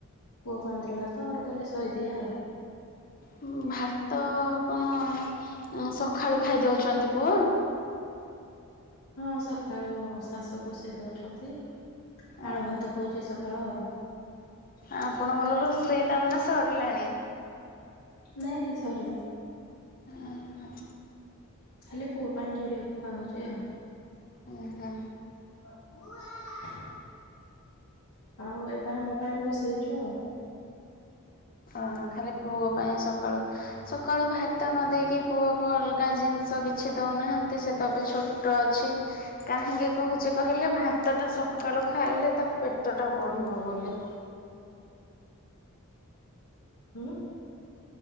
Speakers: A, on the left; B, on the left.
A: ପୁଅ କାନ୍ଦିଲା ତ ଆଡେ କହିଲି ସୋଇଦିଏ ଆଉ
B: ହୁଁ ଭାତ କଣ? ସଖାଳୁ ଖାଇଦଉଛନ୍ତି ପୁଅ?
A: ହଁ ସଖାଳୁ ଶାଶୁ ବଷେଇ ଦଉଛନ୍ତି
B: ଓ
A: ଆଳୁ ଭାତ ଖୋଉଛି ସକାଳୁ ଆଉ
B: ଆପଣଙ୍କର ରୋଷେଇ ତାମାନେ ସରିଲାଣି।
A: ନାଇଁ ନାଇଁ ସରିନି।
B: ଆ ହ।
A: ଖାଲି ପୁଅ ପାଣି ଯୋଡିଏ ପକା ହଉଛି ଆଉ।
B: ଓ ହୋ।
A: ପୁଅ। ଆଉ ଏବେ ଆମ ପାଇଁ ବସେଇଛୁ ଆଉ
B: ହଁ ଖାଲି ପୁଅ ପାଇଁ ସକାଳୁ ସକାଳୁ ଭାତ ନ ଦେଇକି ପୁଅକୁ ଅଲଗା ଜିନିଷ କିଛି ଦଉନାହାନ୍ତି ସେ ଏବେ ଛୋ ଛୋଟ ଅଛି। କାହିଁକି କହୁଛି କହିଲେ ଭାତଟା ସକାଳୁ ଖାଇଲେ ତା ପେଟ ଟା ବଢିବ ବୋଲି।
A: ହୁଁ